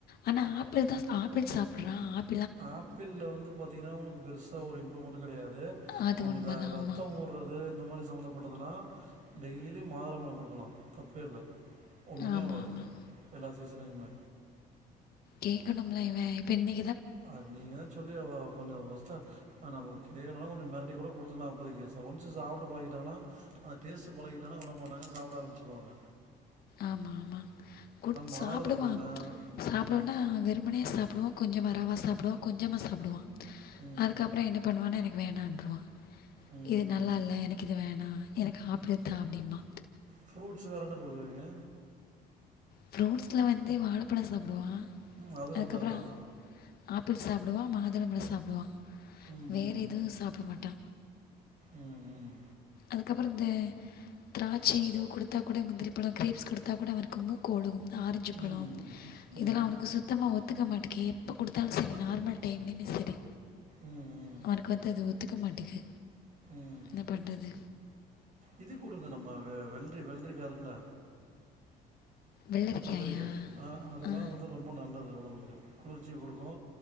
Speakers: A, on the left; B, on the right.
A: ஆனா ஆப்பிள் தான் ஆப்பிள் சாப்பிடுறான் ஆப்
B: ஆப்பிள வந்து பாத்தீங்கன்னா உங்களுக்கு பெருசு சா ஒரு இம்ப்ரூவ்மெண்ட் கிடையாது து
A: அது
B: உங்களுக்கு
A: உண்மை
B: அந்த
A: தான்
B: ரத்தம்
A: ஆமாம்
B: ஊருறது இந்த மாரி சம்மந்தப்பட்டதெல்லா டெய்லி மாதள பழம் கொடுக்கலா தப்பே இல்ல ஒண்ணுமே
A: ஆமாம்
B: ஆவாது
A: ஆமாம்
B: எல்லா <unintelligible>
A: கேக்கணும்ல இவ இப்ப இன்னை
B: அ நீங்க தான் சொல்லி வா கொஞ்சோ ஃபர்ஸ்ட்டா நமக்கு கேணுனா கொஞ்சோ மிரட்டி குடுத்துக்கலா அப்போதைக்கு ஒன்ஸ்ஸு சப்பிட்டு பழகிட்டானா அந்த டேஸ்ட்டு பழகிட்டானா விட மாட்டாங்க சாப்பிட ஆரமிச்சுருவாங்க
A: ஆமா ஆமா குடுத்
B: மாதுளை
A: சாப்பிடுவா
B: குடுங்க
A: சாப்டோனா
B: ம்
A: விருப் அவனே சாப்பிடுவான் கொஞ்சமா ரவா சாப்பிடுவான் கொஞ்சமா சாப்பிடுவான்
B: ம்
A: அதுக்கப்புறோ
B: ம்
A: என்ன பண்ணுவானா எனக் வேணான்டுரூவா
B: ம்
A: இது நல்லா
B: ம்
A: இல்ல எனக்கு இது வேண னா எனக்கு ஆப்பிள்தா அப்படிமா
B: ஃப்ரூட்ஸ் வேற என்ன கொடுக்குருறீங்க
A: ஃப்ரூட்ஸ்ல வந்து வாழப்பழம் சாப்பிடுவான்
B: ம் அது
A: அதுக்கப்புறம்
B: நல்லதுதா
A: ஆப்பிள் சாப்படுவா மாதுளம்பழோ சாப்டுவா
B: ம்
A: வேற எதுவூ சாப்ட மாட்டா
B: ம் ம்
A: அதுக்கப்றோ இந்த திராட்சை ஏதோ குடுத்தா கூட முந்திரி பழோ க்ரேப்ஸ் குடுத்தா கூட அவருக்கு மூக்கு ஒழுகூ ஆரஞ்சு பழோ
B: ம் ம்
A: இதெல்லா
B: ம்
A: அவனுக்கு சுத்தமா ஒத் த்துக்க மாட்டிக்கி எப்போ கெடுத்தாலூ செரி நார்மல் டைம்லயுமே செரி
B: ம் ம் ம்
A: அவனுக்கு வந்து அது ஒ துக்க மாட்டேக்கு
B: ம்
A: என்ன பண்றது
B: இது குடுங்க நம்ம வெ வெள்ரி வெள்ரிக்காருக்குல
A: வெள்ளரிக்காயா
B: வெள்ளரிக்கா ஆ அதெல்லா
A: ஆ
B: வந்து ரொம்ப நல்லது ஒ டம்புக்கு குளிர்ச்சி குடுக்கூ